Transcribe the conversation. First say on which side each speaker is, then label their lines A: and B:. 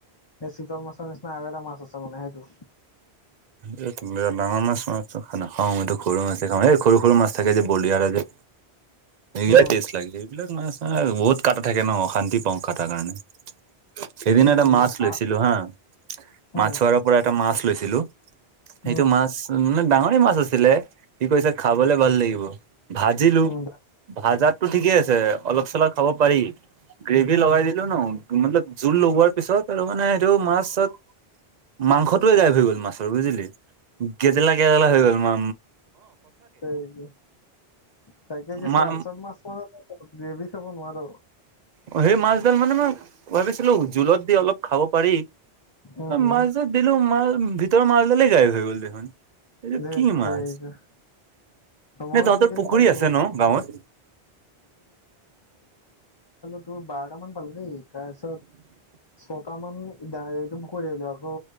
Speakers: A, on the left; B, on the right.
A: এই চিতল মাছৰ নিচিনা আৰু এটা মাছ আছে মানে সেইটো।
B: ডাঙৰ মাছ মাছ খানি নাখাওঁ মইটো সৰু মাছে খাওঁ এই সৰু সৰু মাছ থাকে যে বলিয়াৰ আৰ যে। সেইবিলাক
A: উম,
B: টেষ্ট লাগে সেইবিলাক মাছ আৰু বহুত কাটা থাকে নহ অশান্তি। বং খটাৰ কাৰণে। <unintelligible> সেইদিনা
A: উম,
B: এটা মাছ
A: মই পাঁচ
B: লৈছিলোঁ হা
A: উম,
B: মাছোৱাৰ পৰা এটা মাছ লৈছিলোঁ। সেইটো
A: উম,
B: মাছ, মানে ডাঙৰে মাছ আছিলে। সি কৈছে খাবলে ভাল লাগিব। ভাজিলো
A: উম,
B: ভাজাতটো ঠিকে আছে অলপ চলপ খাব পাৰি। গ্ৰেভি
A: উম,
B: লগাই দিলো ন, মতলব জোল লগোৱাৰ পিছত আৰু মানে সেইটো মাছত মাংসটোয়ে গাইপ হৈ গ'ল মাছৰ বুজিলি গেদেলা গেদেলা হৈ গ'ল মা।
A: সেয়ে। থাকে কিছুমান,
B: মা
A: চব মাছ ম‌ই গ্ৰেভি খাব নোৱাৰো।
B: অ সেই মাছডাল মানে মই, ভাবিছিলো জোলত দি অলপ খাব পাৰি
A: উম,
B: মাছডাল দিলো মা ভিতৰৰ মালডালেই গাইপ হৈ গ'ল দেখোন। এইটো
A: ধেত
B: কি মাছ
A: তেৰিকা মই
B: তহঁতৰ
A: এইকেইদিন
B: পুখুৰী
A: পালো
B: আছে নহ গাঁৱত।
A: বাৰট মান পালোঁ দেই তাৰপিছত ছটামান। এইটো কৰি আহিলো আকৌ